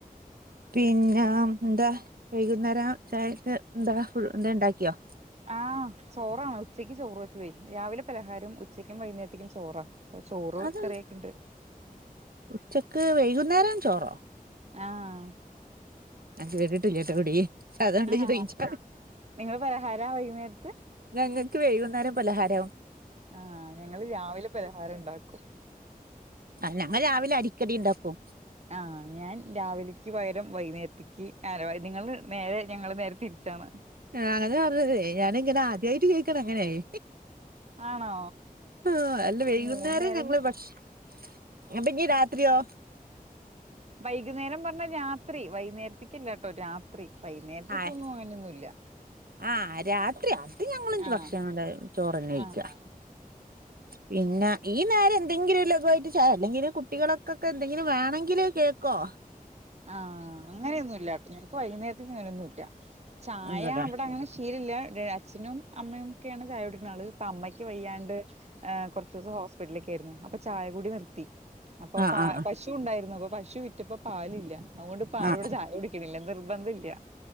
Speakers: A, on the right; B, on the right.
A: പിന്നെ എന്താ വൈകുന്നേരം ചായക്ക് എന്താ എന്താ ഉണ്ടാക്കിയോ
B: ആഹ് ചോറാണ് ഉച്ചയ്ക്ക് ചോറ് വെച്ചതേ രാവിലെ പലഹാരും ഉച്ചക്കും വൈകുന്നേരത്തേക്കും ചോറാ പ്പൊ ചോറ്
A: അത്
B: കറിയൊക്കെ ണ്ട്.
A: ഉച്ചക്ക് വൈകുന്നേരം ചോറോ
B: ആഹ്
A: ഞാൻ കേട്ട്ട്ട്ല്യട്ടൊ എവിടിം അതോണ്ട്
B: ആഹ്ഹ
A: ചോയിച്ചാ
B: നിങ്ങള് പലഹാരവോ ഈ നേരത്ത്
A: ഞങ്ങക്ക്വൈകുന്നേര പലഹാരം
B: ആഹ് ഞങ്ങള് രാവിലെ പലഹാരണ്ടാക്കും
A: ആ ഞങ്ങള് രാവിലെ അരിക്കടിണ്ടാക്കു
B: ആഹ ഞാൻ രാവിലക്ക് പകരം വൈകുന്നേരത്ത്ക്ക് നിങ്ങള് നേരെ ഞങ്ങള് നേരെ തിരിച്ചാണ്
A: ആ അതരണേ യേ ഞാനിങ്ങനെ ആദ്യായിട്ട് കേക്കണ് അങ്ങനെയ്
B: ആണോ
A: ആഹ്‌ അല്ല വൈകുന്നേര
B: മൂന്ന് നേരം
A: ഞങ്ങള് ഭശ് നിട്ട് നീ രാത്രീയോ
B: വൈകുന്നേരം പറഞ്ഞ രാത്രി വൈകുന്നേരത്ത്ക്കല്ലാട്ടോ രാത്രി വൈകുന്നേരത്ത്
A: ആഹ്
B: പോന്നു അങ്ങനൊന്നുല്ല
A: ആഹ് രാത്രി അത് ഞങ്ങളും
B: ആഹ്
A: ഭക്ഷണം ചോറന്നെക്കഴിക്ക
B: ആഹ്
A: പിന്നെ ഈ നേര എന്തെങ്കിലുംലഗു ആ യിട്ട് ച്ചാ അല്ലെങ്കിൽ കുട്ടികളൊക്കൊക്കെ എന്തെങ്കിലും വേണെങ്കില് കേ കോ
B: ആഹ് അങ്ങനെയന്നുല്ല ഞക്ക് വൈകുന്നേരതക്ക് അങ്ങനെയൊന്നുല്ല ചായ
A: ആഹ്
B: അവടങ്ങനെ ശീലില്ല <unintelligible> അച്ഛനുംഅമ്മയുംക്കെയാണ് ചായ കുടിക്ണആള് ഇപ്പ അമ്മക്ക് വയ്യാണ്ട് കൊറച്ചൂസം ഹോസ്പിറ്റലിലേക്കെര്ന്നു അപ്പൊ ചായ കൂടി നിർത്തി അപ്പൊപാ
A: ആഹ് ആഹ്
B: പശു പശുണ്ടാര്ന്നു അപ്പൊ പശു വിറ്റപ്പ പാലില്ല അതോണ്ട്പ്പ ആരു
A: ആഹ്
B: പടെചായ കുടിക്കണില്ല നിർബന്ധം ഇല്ല്യ